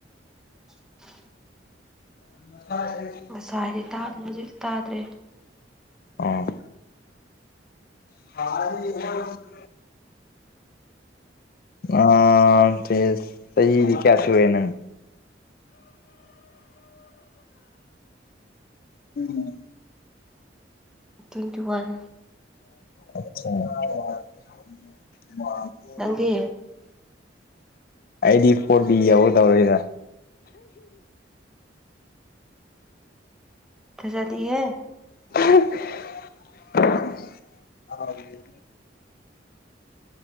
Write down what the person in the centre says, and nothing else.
<inaudible>
ꯉꯁꯥꯏ <unintelligible> ꯇꯥꯗ꯭ꯔꯦ
ꯇ꯭ꯋꯦꯟꯇꯤ ꯋꯥꯟ
ꯅꯪꯗꯤ
ꯊꯥꯖꯗꯦꯍꯦ